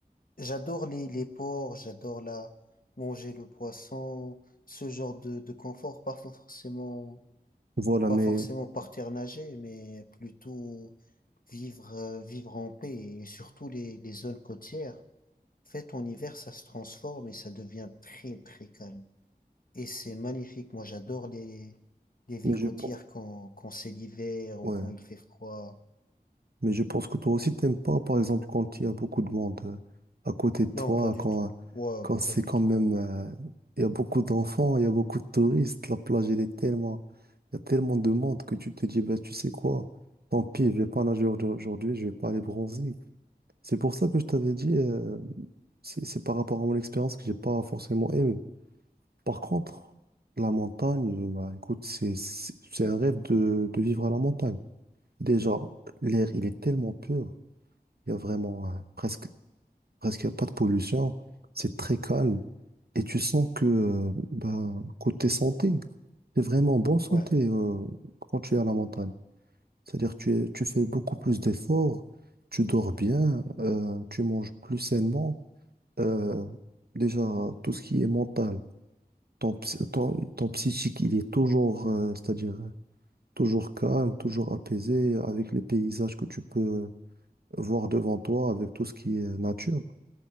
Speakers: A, on the left (about 60°); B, on the right (about 75°).
A: j'adore les, les ports, j'adore la, manger le poisson, ce genre de, de confort. Pas forcément,
B: Voilà,
A: pas
B: mais,
A: forcément partir nager, mais plutôt vivre, euh, vivre en paix et surtout les, les zones côtières. En fait, en hiver, ça se transforme et ça devient très, très calme. Et c'est magnifique. Moi, j'adore les, les villes
B: mais je
A: côtières
B: pense...
A: quand, quand c'est l'hiver ou
B: ouais
A: quand il fait froid.
B: Mais je pense que toi aussi, t'aimes pas, par exemple, quand il y a beaucoup de monde euh, à côté de toi,
A: Non, pas du
B: quand,
A: tout. Ouais,
B: quand c'est
A: pas du
B: quand
A: tout.
B: même, euh, il y a beaucoup d'enfants, il y a beaucoup de touristes, la plage, elle est tellement, il y a tellement de monde que tu te dis, bah, tu sais quoi, tant pis, je vais pas nager aujourd- aujourd'hui, je vais pas aller bronzer. C'est pour ça que je t'avais dit, euh, c'est c'est par rapport à mon expérience que j'ai pas forcément aimé. Par contre, la montagne, bah, écoute, c'est c'est- c'est un rêve de, de vivre à la montagne. Déjà, l'air, il est tellement pur. Il y a vraiment euh, presque, presque il y a pas de pollution. C'est très calme. Et tu sens que, euh, bah, côté santé, t'es vraiment en bonne santé
A: Ouais,
B: euh, quand tu es à la montagne. C'est-à-dire tu es, tu fais beaucoup plus d'efforts, tu dors bien, euh, tu manges plus sainement. Euh, déjà, tout ce qui est mental, ton, ps- ton, ton psychique, il est toujours, euh, c'est-à-dire toujours calme, toujours apaisé, avec les paysages que tu peux euh, voir devant toi, avec tout ce qui est nature.